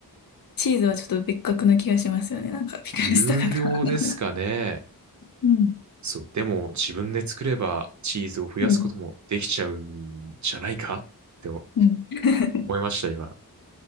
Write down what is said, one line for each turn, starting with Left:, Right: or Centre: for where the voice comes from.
Left: チーズはちょっと別格な気がしますよね。なんか、ピクルスとかと。
Right: 有料ですかね。
Left: <laughs> うん。
Right: そう、でも自分で作ればチーズを増やすこともできちゃうんじゃないかって思
Left: うん。うん。<laughs>
Right: いました、今。